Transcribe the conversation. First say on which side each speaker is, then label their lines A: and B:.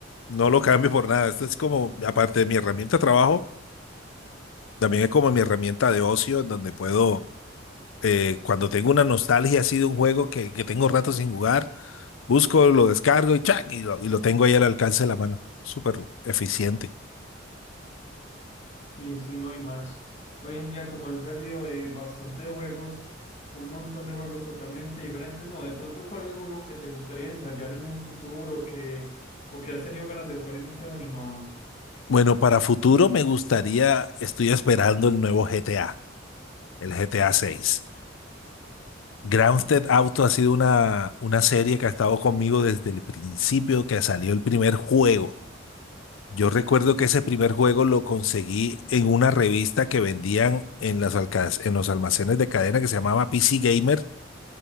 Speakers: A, on the left (about 80°); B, on the left (about 35°).
A: no lo cambio por nada. Esto es como, aparte de mi herramienta de trabajo, también es como mi herramienta de ocio en donde puedo, eh, cuando tengo una nostalgia así de un juego que, que tengo rato sin jugar, busco, lo descargo y, ¡chac! y lo, y lo tengo ahí al alcance de la mano. Súper eficiente.
B: Sí, sí, no, y más. Hoy en día, como han salido de bastante de juegos, un montón de juegos totalmente diferentes, no, de pronto, ¿cuál es el juego que te gustaría ensayar en un futuro que, o que has tenido ganas de jugar y no te has animado?
A: Bueno, para futuro me gustaría, estoy esperando el nuevo GTA, el GTA 6. Grand Theft Auto ha sido una, una serie que ha estado conmigo desde el principio que salió el primer juego. Yo recuerdo que ese primer juego lo conseguí en una revista que vendían en las alca- en los almacenes de cadena que se llamaba PC Gamer